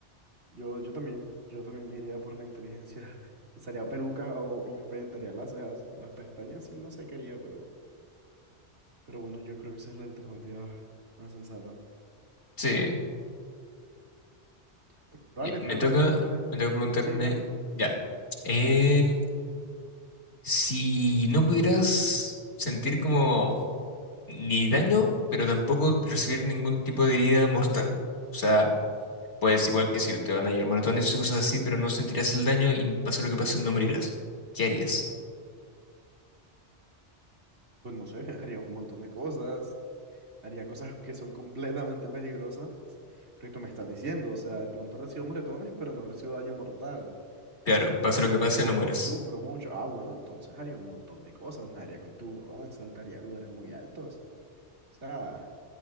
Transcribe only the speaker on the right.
yo, yo también, yo también me iría por la inteligencia. <laughs> Usaría pelucas o- y me pintaría las cejas. Las pestañas sí no sé qué haría, pero, pero bueno, yo creo que esa es la alternativa más sensata.
Pero, vale,
te toca,
pregúntame.
Sí, claro.
Pues no sé, <laughs> haría un montón de cosas, haría cosas que son completamente peligrosas, porque tú me estás diciendo, o sea, de pronto recibo moretones, pero no recibo daño mortal
y
tampoco
sufro mucho. Ah, bueno, entonces haría un montón de cosas, nadaría con tiburones, saltaría a lugares muy altos, o sea,